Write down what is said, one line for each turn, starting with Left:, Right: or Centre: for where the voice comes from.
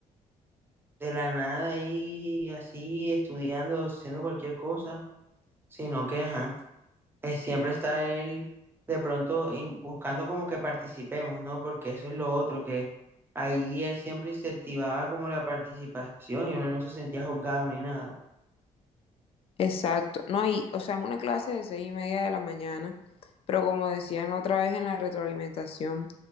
Right: de la nada ahí así estudiando, haciendo cualquier cosa, sino que, ajá, eh, siempre está él de pronto in- buscando como que participemos, ¿no? Porque eso es lo otro, que ahí él siempre incentivaba como la participación y uno no se sentía juzgado ni nada.
Left: Exacto, no, y, o sea, es una clase de seis y media de la mañana, pero como decían la otra vez en la retroalimentación,